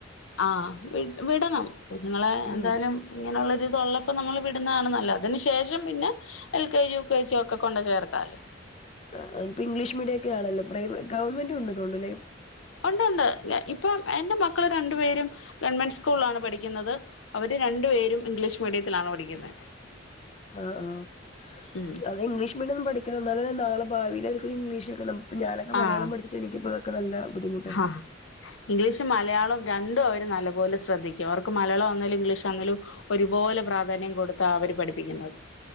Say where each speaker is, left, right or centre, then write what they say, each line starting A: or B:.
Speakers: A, on the left; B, on the left.
A: ആഹ് വി വിടണം കുഞ്ഞുങ്ങളെ
B: ഉം
A: എന്തായാലും ഇങ്ങനെയുള്ളൊരു ഇതൊള്ളപ്പം നമ്മള് വിടുന്നതാണ് നല്ലത് അതിന് ശേഷം പിന്നെ L K G, U K G ഒക്കെ കൊണ്ട് ചേർക്കാലോ
B: ആഹ് ഇപ്പൊ ഇംഗ്ലീഷ് മീഡിയൊക്കെ ആണല്ലോ പ്രൈവ ഗവൺമെന്റും ഇണ്ട് തോണ്ടല്ലേ
A: ഒണ്ടൊണ്ട് ഇപ്പം എന്റെ മക്കള് രണ്ടു പേരും ഗവൺമെന്റ് സ്കൂളിലാണ് പഠിക്കുന്നത് അവര് രണ്ടു പേരും ഇംഗ്ലീഷ് മീഡിയത്തിലാണ് പഠിക്കുന്നെ
B: ആഹ് ആഹ്
A: ഉം
B: അത് ഇംഗ്ലീഷ് മീഡിയം പഠിക്കണം എന്നാലല്ലേ നാളെ ഭാവിയിൽ അവർക്കൊരു ഇംഗ്ലീഷക്കണം ഇപ്പൊ ഞാനൊക്കെ മലയാളം
A: ആഹ്
B: പഠിചിട്ട് എനിക്കിപ്പോതൊക്കെ നല്ല ബുദ്ധിമുട്ടുണ്ട്
A: ആഹ് ഇംഗ്ലീഷും മലയാളം രണ്ടും അവര് നല്ലപോലെ ശ്രദ്ധിക്കും അവർക്ക് മലയാളം വന്നേലും ഇംഗ്ലീഷ് വന്നേലും ഒരുപോലെ പ്രാധാന്യം കൊടുത്താ അവര് പഠിപ്പിക്കുന്നത്